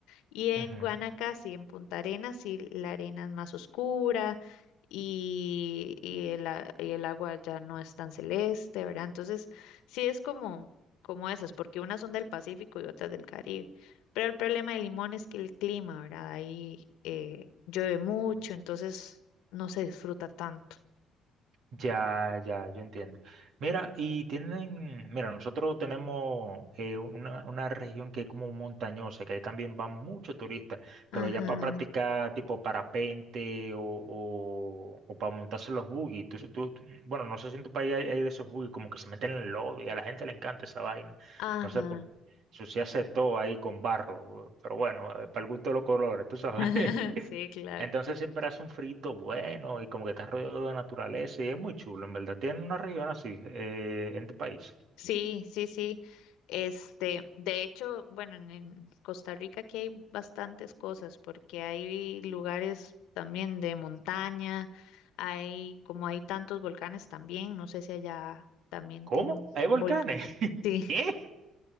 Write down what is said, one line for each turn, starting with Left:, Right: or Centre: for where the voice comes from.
Left: Y en
Right: Ujú.
Left: Guanacaste y en Punta Arenas, sí, la arena es más oscura y, y el, a- y el agua ya no es tan celeste, ¿verdad? Entonces, sí es como, como esas, porque unas son del Pacífico y otras del Caribe. Pero el problema de Limón es que el clima, ¿verdad? Ahí eh, llueve mucho, entonces no se disfruta tanto.
Right: Ya, ya, yo entiendo. Mira, y tienen, mira, nosotros tenemos eh, una, una región que es como montañosa, que ahí también van muchos turistas,
Left: Ajá,
Right: pero ya para practicar tipo parapente o, o, o para montarse los buggy. Tú- tú- tú- bueno, no sé si en tu país hay, hay de esos buggy, como que se meten en el lodo y a la gente le encanta esa vaina.
Left: ajá.
Right: No sé, pues, se hace todo ahí con barro, pero bueno, eh, para el gusto de los colores, tú sabes.
Left: <laughs> Sí, claro.
Right: Entonces siempre hace un frito bueno y como que está rodeado de naturaleza y es muy chulo, en verdad. Tiene una región así eh, en tu país.
Left: Sí, sí, sí. Este, de hecho, bueno, en, en Costa Rica aquí hay bastantes cosas porque hay lugares también de montaña, hay como hay tantos volcanes también, no sé si allá también
Right: ¿Cómo?
Left: tienen
Right: ¿Hay volcanes?
Left: volcanes.
Right: <laughs>
Left: Sí.
Right: ¿Qué?